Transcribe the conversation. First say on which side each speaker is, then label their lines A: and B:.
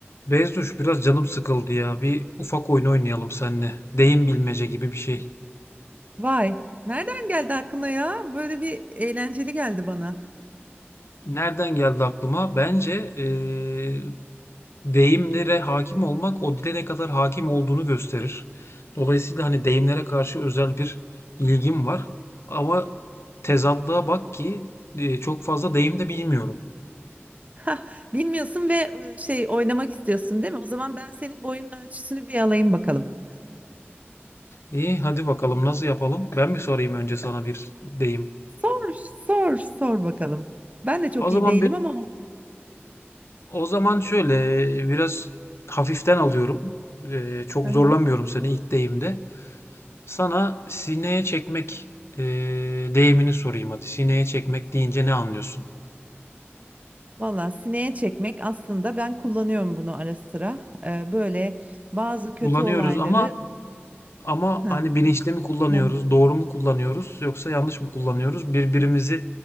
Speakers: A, on the left; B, on the right.
A: Bezduş biraz canım sıkıldı ya. Bir ufak oyun oynayalım seninle. Deyim bilmece gibi bir şey.
B: Vay, nereden geldi aklına ya? Böyle bir eğlenceli geldi bana.
A: Nereden geldi aklıma? Bence eee, deyimlere hakim olmak o dile ne kadar hakim olduğunu gösterir. Dolayısıyla hani deyimlere karşı özel bir ilgim var. Ama tezatlığa bak ki eee, çok fazla deyim de bilmiyorum.
B: Hah, bilmiyorsun ve e, şey oynamak istiyorsun değil mi? O zaman ben senin boyunun ölçüsünü bir alayım bakalım.
A: İyi hadi bakalım nasıl yapalım? Ben mi sorayım önce sana bir deyim?
B: Sor, sor, sor bakalım. Ben de çok
A: O zaman
B: iyi değilim
A: bir
B: ama.
A: O zaman şöyle e, biraz hafiften alıyorum. E, çok
B: Hı hı.
A: zorlamıyorum seni ilk deyimde. Sana sineye çekmek e, deyimini sorayım hadi. Sineye çekmek deyince ne anlıyorsun?
B: Valla sineye çekmek aslında ben kullanıyorum bunu ara sıra. Ee, böyle bazı kötü
A: Kullanıyoruz
B: olayları.
A: ama ama
B: Hı.
A: hani bilinçli mi kullanıyoruz,
B: Ya
A: doğru mu kullanıyoruz yoksa yanlış mı kullanıyoruz? Birbirimizi